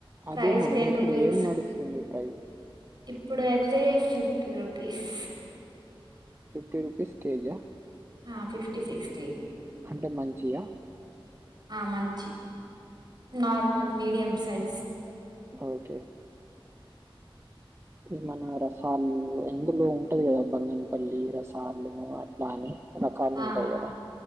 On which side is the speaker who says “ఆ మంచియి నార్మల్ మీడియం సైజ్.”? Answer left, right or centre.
Right